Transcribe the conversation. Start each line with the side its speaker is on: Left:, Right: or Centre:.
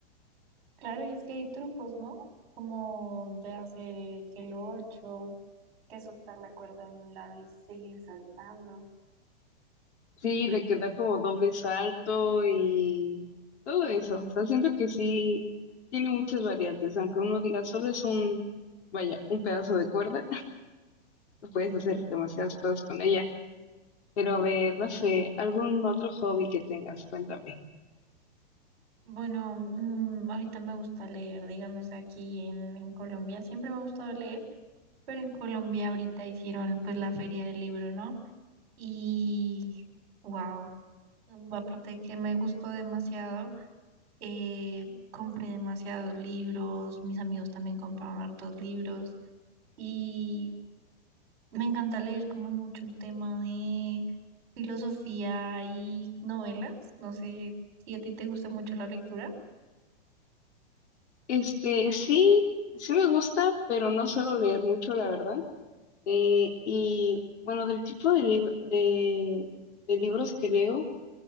Right: Claro, y es que hay trucos, ¿no? Como de hacer eh, que el ocho, que soltar la cuerda de un lado y seguir saltando.
Left: Sí, de quedar como doble salto y todo eso. O sea, siento que sí tiene muchas variantes, aunque uno diga solo es un, vaya, un pedazo de cuerda, <laughs> puedes hacer demasiadas cosas con ella. Pero a ver, no sé, algún otro hobby que tengas, cuéntame.
Right: Bueno, mm, ahorita me gusta leer, digamos, aquí en, en Colombia, siempre me ha gustado leer, pero en Colombia ahorita hicieron pues la feria del libro, ¿no? Y wow, aparte de que me gustó demasiado, eh, compré demasiados libros, mis amigos también compraron hartos libros y Me encanta leer como mucho tema de filosofía y novelas. No sé si a ti te gusta mucho la lectura.
Left: Este, sí, sí me gusta, pero no suelo leer mucho, la verdad. Eh, y bueno, del tipo de, lib- de, de libros que leo,